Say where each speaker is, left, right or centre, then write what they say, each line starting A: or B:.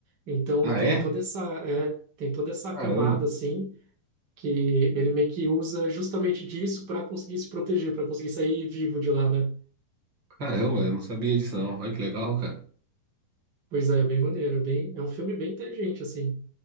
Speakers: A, on the right; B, on the right.
A: Então
B: Ah,
A: tem
B: é?
A: toda essa, é, tem toda essa
B: Caramba,
A: camada assim que ele meio que usa justamente disso para conseguir se proteger, para conseguir sair vivo de lá, né?
B: caramba, eu não sabia disso, não. Olha que legal, cara.
A: Pois é, bem maneiro, é bem, é um filme bem inteligente assim.